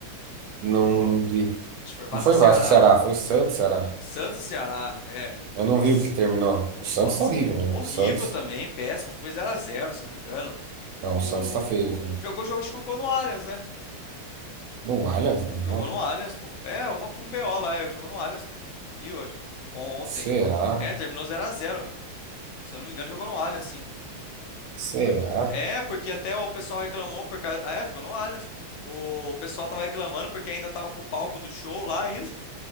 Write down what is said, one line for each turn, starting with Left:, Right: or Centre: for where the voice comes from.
Right: Não, de-
Left: que foi Vasco
Right: não foi
Left: e Ceará,
Right: Vasco, Ceará,
Left: ó.
Right: foi Santos, Ceará.
Left: Santos e Ceará, é.
Right: Eu
Left: Nossa,
Right: não vi o que terminou. O Santos
Left: nossa.
Right: tá horrível, velho.
Left: Horrível
Right: O Santos.
Left: também, péssimo. Acho que foi 0x0, se eu não me engano.
Right: Não,
Left: O...
Right: o Santos tá feio, cara.
Left: Jogou, jogou, acho que jogou no Allianz, né?
Right: No Allianz, não.
Left: Jogou
Right: não.
Left: no Allianz, pô. É, uma com o BO lá, é, jogou no Allianz, pô. Eu vi hoje, on- ontem.
Right: Será?
Left: É, terminou zero a zero. Se eu não me engano, jogou no Allianz, sim.
Right: Será?
Left: Porque, é, porque até o pessoal reclamou por causa. Ah, é, jogou no Allianz. O pessoal tava reclamando porque ainda tava com o palco do show lá ainda.